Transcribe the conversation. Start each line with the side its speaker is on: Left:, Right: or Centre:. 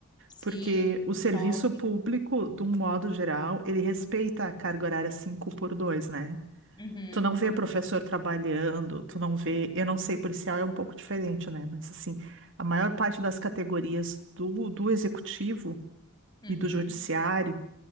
Left: Sim,
Right: Porque o serviço
Left: shopping.
Right: público, de um modo geral, ele respeita a carga horária 5 por 2, né?
Left: Uhum,
Right: Tu não vê
Left: uhum,
Right: professor trabalhando, tu não vê, eu não sei, policial é um pouco diferente, né? Mas assim, a maior parte das categorias do, do executivo
Left: uhum.
Right: e do judiciário